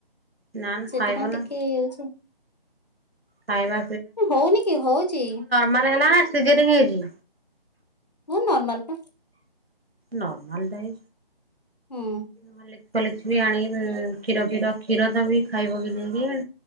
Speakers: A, on the right; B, on the left.
A: ନା ନା
B: ସେଥିପାଇଁ
A: ଖାଇବ ନା
B: ଟିକେ ଇଏ ହଉଛି।
A: ଖାଇବା
B: ହଉନି କି ହଉଚି।
A: ମାନେ ହେଲା ନା ସିଯେରିଂ ହେଇଛି।
B: ମୁଁ ନର୍ମାଲ ପାା
A: ନର୍ମାଲ ଦାଇ
B: ହୁଁ
A: ହ ଲିପ ଲପ ବି ଆଣିବି କ୍ଷର କ୍ଷୀର କ୍ଷୀର ଦ ବି ଖାଇବ କି ନେଇକି